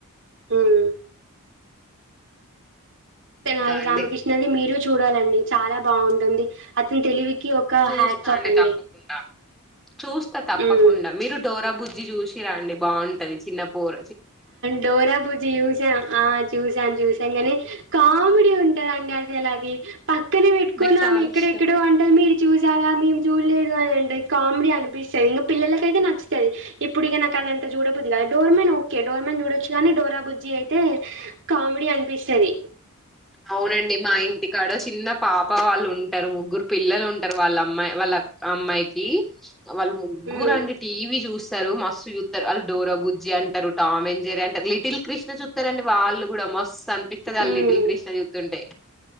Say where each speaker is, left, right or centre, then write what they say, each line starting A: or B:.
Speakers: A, on the right; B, in the centre.
A: ఉమ్ తెనాలి
B: ఇంకా అండి
A: రామకృష్ణని మీరు చూడ చూడాలండి చాలా బాగుంటుంది అతను తెలివి ఒక
B: చూస్తా
A: హ్యాట్స్ ఆఫ్ అండి
B: తప్పకుండా చూస్తా తప్పకుండా
A: హ్మ్.
B: మీరు డోర బుజ్జి చూసి చ్చిరా అండి బాగుంటది చిన్న పూర
A: డోరా బుజ్జి చూసా ఆ చూసాను చూసాం గాని కామెడీ ఉంటందండి ఎలా అది పక్కనే పెట్టుకున్నా
B: నాకు చాలా
A: ఎక్కడెక్కడో
B: ఇష్టం
A: అంటే మీరు చూసి రారా మేము చూడలేదు అ కామెడీ అనిపిస్తుంది ఇక పిల్లకైతే నచ్చుతది ఇప్పుడు ఇక నాకు అదింత చడోద్దు కద ోర్ మన్ ే డోర్మన్ చూడొచ్చు కానీ డోరా బుజ్జి అయితే కామెడీ అనిపిస్తది
B: అవునండి మా ఇంటికాడ చిన్న పాప వాళ్ళు ఉంటారు. ముగ్గురు పిల్లలుంటరు వాళ్ళ అమ్మా వాళ్ళ అమ్మాయికి. వాళ్ళు ముగ్గురండి
A: హ్మ్.
B: టీవీ జూస్. త్తరు మస్తు జూత్తరు. అళ్ళు డోరా బుజ్జి అంటారు, టామ్ ఎండ్ జెరీ అంటారు, లిటిల్ క్రిష్ణ జూత్తరండి వాళ్ళు గూడా మస్. తన్పితాదలిటిల్.
A: హ్మ్.
B: క్రిష్ణ జూతుంటే.